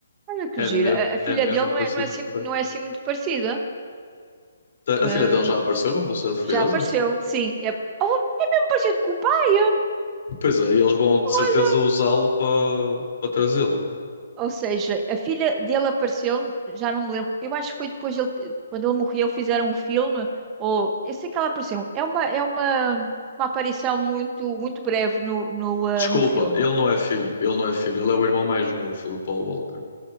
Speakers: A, on the right; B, on the left.
A: Olha que
B: É, me,
A: giro. A, a
B: é
A: filha
B: mesmo
A: dele não
B: parecido
A: é, não é assim,
B: com
A: não
B: o pai.
A: é assim muito parecida.
B: Tá,
A: Ah,
B: A filha dele já apareceu num Velocidade Furiosa?
A: já apareceu, sim. É, oh, é mesmo parecido com o pai.
B: Pois é, e eles vão de
A: Olha.
B: certeza usá-lo para para trazê-lo.
A: Ou seja, a filha dele apareceu, já não me lembro. Eu acho que foi depois dele, quando ele morreu, fizeram um filme. Ou eu sei que ela apareceu. É uma, é uma, uma aparição muito, muito breve no, no, ah,
B: Desculpa,
A: no filme.
B: ele não é filho. Ele não é filho. Ele é o irmão mais novo do Paul Walker.